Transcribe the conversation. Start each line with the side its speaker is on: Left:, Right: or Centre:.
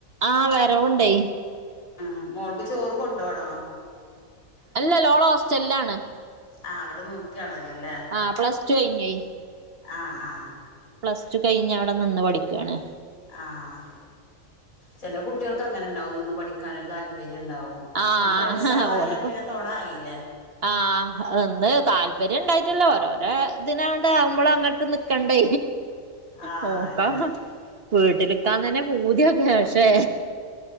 Right: ആഹ് വരവൊണ്ടേ
Left: ആഹ് മോൾക്ക് ചോറ് കൊണ്ടോണോ?
Right: അല്ല ഓള് ഓസ്റ്റല്ലാണ്
Left: ആഹ് അവിടെ നിക്കാണല്ലോല്ലേ?
Right: ആഹ് പ്ലസ് ടു കയിഞ്ഞ്.
Left: ആഹ് ആഹ്.
Right: പ്ലസ് ടു കഴിഞ്ഞ് അവിടെ നിന്ന് പഠിക്കുവാണ്
Left: ആഹ് ചെല കുട്ടികൾക്ക് അങ്ങനെ ഉണ്ടാവും നിന്ന് പഠിക്കാനൊരു താൽ ര്യ ഉണ്ടാവും
Right: ആ
Left: പിന്നെ ഫ്രണ്ട്സ് ആൾ ആയാൽ
Right: ഓലിപ്പോ
Left: പിന്നെ തൊണ ആയില്ലേ
Right: ആഹ് ഒന്ന് താല്പര്യം ഉണ്ടായിട്ടല്ല ഓരോ ഏ ഇതിനാവണ്ട ആവുമ്പോളും അങ്ങോട്ട് നിക്കണ്ടേ
Left: ആഹ്
Right: നോക്കാ
Left: അതന്നെ
Right: വീട്ടിലിക്കാൻ തന്നെ പൂതിയൊക്കെ പക്ഷേ